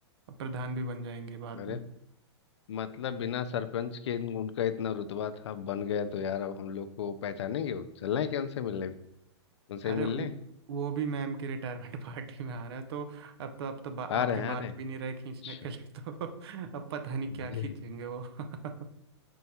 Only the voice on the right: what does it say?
और प्रधान भी बन जाएंगे बाद
में
अरे
वो वो भी मैम की रिटायरमेंट पार्टी <laughs> में आ रहा है तो अब तो अब तो बा, आपके
बाल
भी नहीं रहे खींचने
के लिए तो <laughs> अब पता नहीं
क्या खींचेंगे वो <laughs>